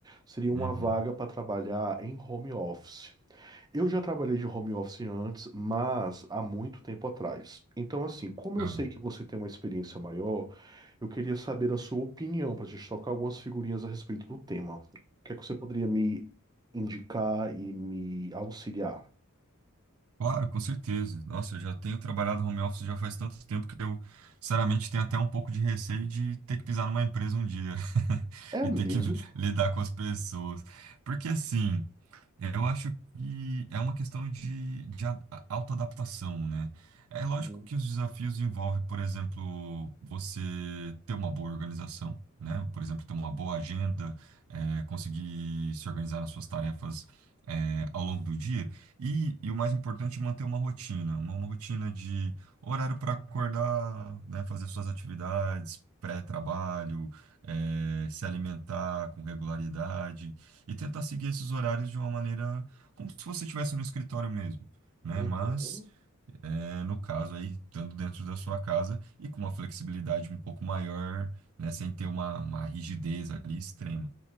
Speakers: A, on the right (about 20°); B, on the right (about 75°).
A: Seria uma
B: uhum,
A: vaga para trabalhar em home office. Eu já trabalhei de home office antes, mas há muito tempo atrás. Então, assim, como
B: ah.
A: eu sei que você tem uma experiência maior, eu queria saber a sua opinião para a gente trocar algumas figurinhas a respeito do tema. O que é que você poderia me indicar e me auxiliar?
B: Claro, com certeza. Nossa, eu já tenho trabalhado home office já faz tanto tempo que eu, sinceramente, tenho até um pouco de receio de ter que pisar numa empresa um dia <laughs>
A: É
B: e
A: mesmo?
B: ter que lidar com as pessoas. Porque assim, Eu acho que é uma questão de, de a- a- autoadaptação, né? É lógico
A: Uhum.
B: que os desafios envolvem, por exemplo, você ter uma boa organização, né? Por exemplo, ter uma boa agenda, é, conseguir se organizar nas suas tarefas, é, ao longo do dia. E, e o mais importante, é manter uma rotina, uma, uma rotina de horário para acordar, né? Fazer suas atividades, pré-trabalho, é, se alimentar com regularidade e tentar seguir esses horários de uma maneira como se você estivesse no escritório mesmo, né?
A: Uhum.
B: Mas, é, no caso aí, estando dentro da sua casa e com uma flexibilidade um pouco maior, né? Sem ter uma, uma rigidez ali extrema.